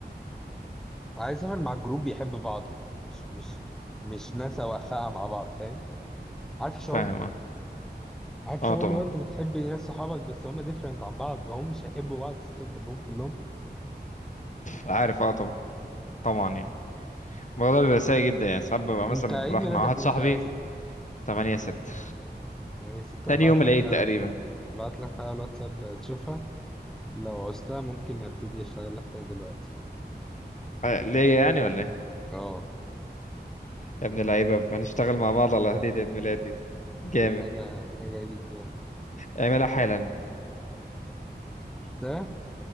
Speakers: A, in the centre; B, on the left.
A: عايز اسافر مع جروب بيحب بعضه مش مش مش ناس واقفه مع بعض فاهم عارف الشعور
B: فاهم
A: ده
B: اه
A: عارف
B: اه
A: شعور
B: طبعا
A: لو انت بتحب ناس صحابك بس هم ديفرنت عن بعض وهم مش هيحبوا بعض بس انت بتحبهم كلهم
B: عارف اه طبعا طبعا يعني الموضوع ده بيبقى سيء جدا يعني ساعات ببقى مثلا
A: انت عيد
B: راح
A: ميلادك
B: مع واحد صاحبي
A: امتى يا سيف؟
B: 8 6
A: يعني يا ستة
B: تاني
A: ابعت
B: يوم
A: لك
B: العيد تقريبا
A: ابعت لك حاجه على الواتساب تشوفها لو عوزتها ممكن ابتدي اشتغل لك فيها دلوقتي
B: آه، ليا يعني ولا ايه
A: اه
B: يا ابن اللعيبة هنشتغل مع بعض على هدية عيد ميلادي جامد
A: حاجه حاجه ليك يعني
B: اعملها حالا
A: ده